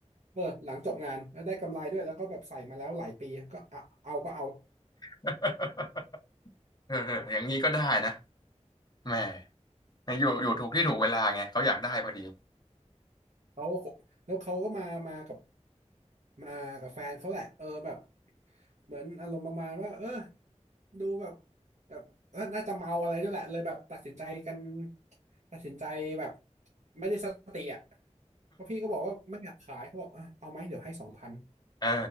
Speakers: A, on the right; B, on the left.
A: เออหลังจบงานแล้วได้กำไรด้วยแล้วก็แบบใส่มาแล้วหลายปีก็เอาเอาก็เอา
B: <laughs> เออเอออย่างนี้ก็ได้นะ แหม่อยู่อยู่ถูกที่ถูกเวลาไง เขาอยากได้พอดี
A: เขาก็คบแล้วเขาก็มามากับมากับแฟนเขาแหละเออแบบเหมือนอารมณ์ประมาณว่าเออดูแบบแบบเออน่าจะเมาอะไรด้วยแหละเลยแบบตัดสินใจกันตัดสินใจแบบไม่ได้สติอ่ะเพราะพี่ก็บอกว่าไม่อยากขายเขาบอกอ่ะเอาไหมเดี๋ยวให้สองพัน
B: เออ